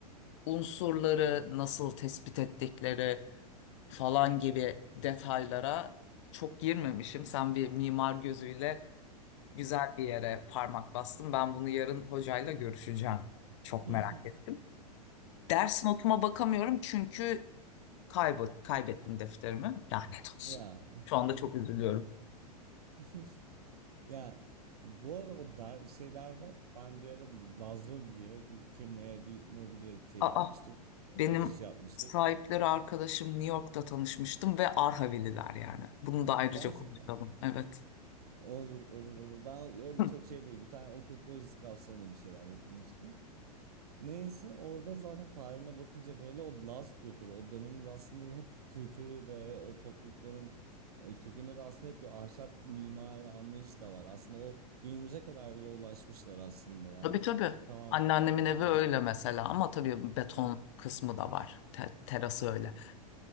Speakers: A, on the left; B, on the right.
A: unsurları nasıl tespit ettikleri falan gibi detaylara çok girmemişim. Sen bir mimar gözüyle güzel bir yere parmak bastın. Ben bunu yarın hocayla görüşeceğim. Çok
B: <laughs>
A: merak ettim. Ders notuma bakamıyorum çünkü kaybı kaybettim defterimi. Lanet olsun.
B: Ya.
A: Şu anda çok üzülüyorum.
B: <laughs> Yani bu arada o der, şeylerde ben bir ara Lazlo diye bir firmaya bir mobilya şey
A: Aa,
B: yapmıştık. e,
A: benim
B: Ofis yapmıştık.
A: sahipleri arkadaşım New York'ta tanışmıştım ve Arhavililer yani. Bunu da ayrıca
B: Gerçekten.
A: konuşalım. Evet.
B: Olur olur olur. Ben öyle
A: <laughs>
B: çok şey değil. Bir tane okul projesi kapsamında bir şeyler yapılmıştı. Neyse orada zaten tarihine bakınca böyle o Laz kültürü, o dönemin aslında hep kültürü de o toplulukların e, kökünde de aslında hep bir ahşap mimari anlayış da var. Aslında o günümüze kadar bile ulaşmışlar aslında. Yani
A: Tabii tabii.
B: tamam
A: Anneannemin evi
B: yani
A: öyle mesela ama tabii beton
B: Hı.
A: kısmı da var. Te- terası öyle.